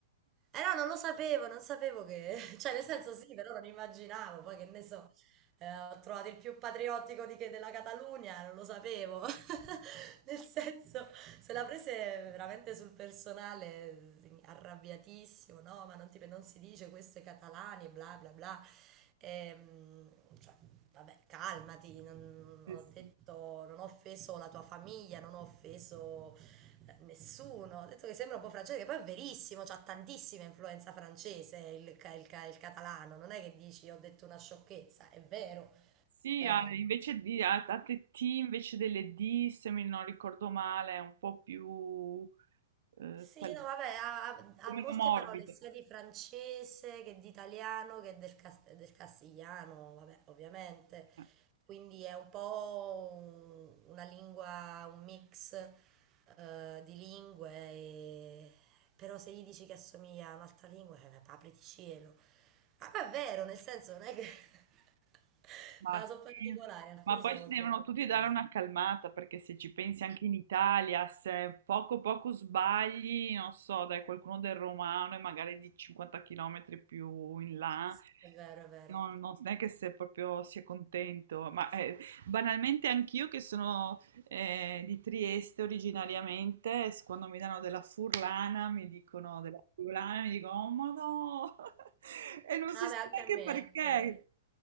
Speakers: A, on the right; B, on the right.
A: Eh no, non lo sapevo, non sapevo che... <laughs> Cioè, nel senso sì, però non immaginavo. Poi che ne so, eh, ho trovato il più patriottico di che della Catalunya, non lo sapevo. <laughs> Nel senso, se la prese veramente sul personale, arrabbiatissimo, no, ma non, ti- non si dice questo ai catalani, bla bla bla. Ehm, cioè, Vabbè, calmati, non
B: Sì,
A: ho
B: sì.
A: detto, non ho offeso la tua famiglia, non ho offeso eh, nessuno. Ho detto che sembra un po' francese, che poi è verissimo, c'ha tantissima influenza francese il, ca- il ca- il catalano. Non è che dici ho detto una sciocchezza, è vero.
B: Sì,
A: Eh,
B: ha- invece di ha ha te- T invece delle D, se mi non ricordo male, è un po' più eh,
A: Sì,
B: tal-
A: no,
B: un
A: vabbè, ha, ha-
B: po'
A: ha
B: meno
A: molte
B: morbido.
A: parole sia di francese che di italiano che del, cas- del castigliano, vabbè, ovviamente.
B: Eh,
A: Quindi è un po' un- una lingua, un mix eh, di lingue, e- però se gli dici che assomiglia a un'altra lingua, eh, apriti cielo. Ah, ma è vero, nel senso non è che... <laughs>
B: Ma,
A: Ah, sono particolari,
B: sì.
A: alcuni
B: Ma poi
A: sono
B: si
A: molto
B: devono
A: particolari.
B: tutti dare una calmata, perché se ci pensi anche in Italia, se poco poco sbagli, non so, dai qualcuno del romano e magari di 50 km più in là.
A: Sì, È vero, è vero.
B: No, no, no, non è che se proprio si è contento, ma eh, banalmente anch'io che sono eh, di Trieste originariamente, s- quando mi danno della furlana, mi dicono della friulana, mi dicono, oh ma no, <laughs> e non
A: No,
B: si
A: Vabbè,
B: sa
A: anche
B: neanche
A: a me,
B: perché.
A: anche...